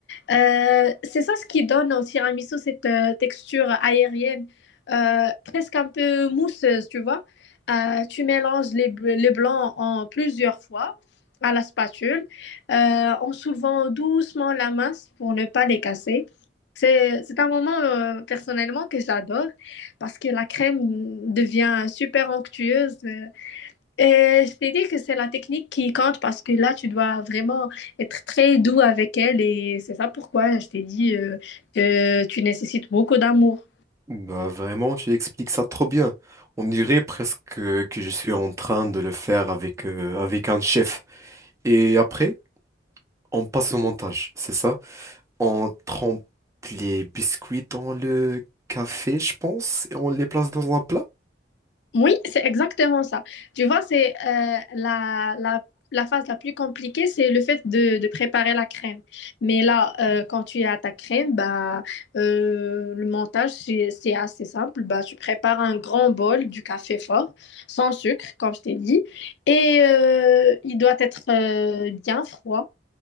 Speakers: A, on the left; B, on the right.
A: Euh, c'est ça ce qui donne au tiramisu cette euh, texture aérienne, euh, presque un peu mousseuse, tu vois. Euh, tu mélanges les, bl- les blancs en plusieurs fois à la spatule, euh, en soulevant doucement la masse pour ne pas les casser. C'est, c'est un moment euh, personnellement que j'adore parce que la crème devient super onctueuse. euh, euh, je t'ai dit que c'est la technique qui compte parce que là, tu dois vraiment être très doux avec elle et c'est ça pourquoi je t'ai dit euh, que tu nécessites beaucoup d'amour.
B: Bah vraiment, tu expliques ça trop bien. On dirait presque que je suis en train de le faire avec euh, avec un chef. Et après, on passe au montage, c'est ça? On trempe les biscuits dans le café, je pense, et on les place dans un plat.
A: Oui, c'est exactement ça. Tu vois, c'est euh, la, la, la phase la plus compliquée, c'est le fait de, de préparer la crème. Mais là, euh, quand tu as ta crème, bah, euh, le montage, c'est c'est assez simple. Bah, tu prépares un grand bol du café fort, sans sucre, comme je t'ai dit. Et euh, il doit être euh, bien froid.